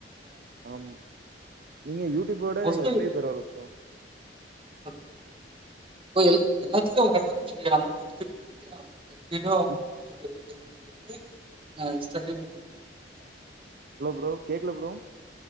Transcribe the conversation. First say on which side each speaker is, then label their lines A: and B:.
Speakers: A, on the right (about 55°); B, on the right (about 30°).
A: ஆம் இங்க யூடியூப விட
B: மோஸ்ட்லி
A: எஃப் பி பரவால்ல ப்ரோ
B: ஓகே இப்போ எல் எல்லாத்துலயு ஓரளவுக்கு நீங்க அமௌண்ட் எடுத்திருக்கீங்க இல்லயா ஓகே எஃப் பி லயு
A: இப்
B: அமௌண்ட் வந்திருக்கு பேமெண்ட் வந்திருக்கு ஆ இன்ஸ்டாலயு பண்ணிருக்கீங்க இல்லயா
A: ஹலோ ப்ரோ கேக்கல ப்ரோ